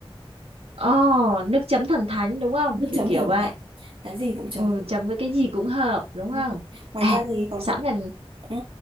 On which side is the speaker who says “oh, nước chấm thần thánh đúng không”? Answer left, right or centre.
Right